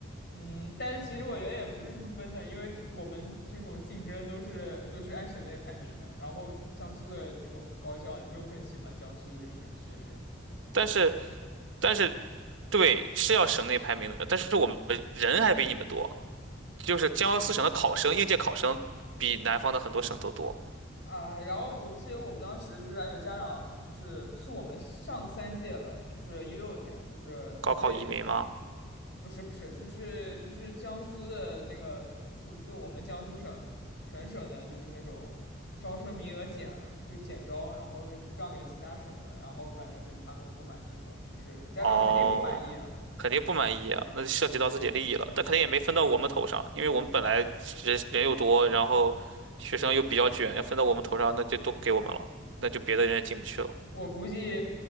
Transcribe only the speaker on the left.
嗯，但是其实我觉得也不是这么分的，因为我们这种竞争都是都是按省内排名的，然后江苏的这种高校也没有更喜欢江苏的学生学生，
啊，然后我记得我们当时就是还有家长，就是是我们上三届了，就是一六年，就是还对，
不是不是，就是就是江苏的那个，就是对我们江苏省全省的，就是那种招生名额减了，就减招，然后让给其他省了，然后反正就他们不满意吧，就是家长肯定不满意啊，
我估计，